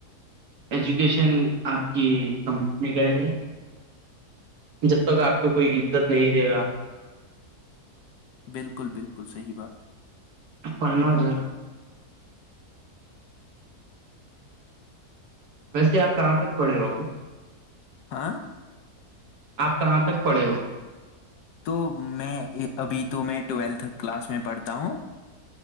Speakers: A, on the right; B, on the left.
A: ایجوکیشن آپ کی کمپنی میں کریں گے جب تک آپ کو کوئی عزت نہیں دے گا
B: بالکل بالکل صحی بات
A: پناس ہزار ویسے آپ کہاں تک پڑے ہو گے
B: ہاں
A: آپ کہاں تک پڑے ہو
B: تو میں ابھی تو میں ٹویلتھ کلاس میں پڑھتا ہوں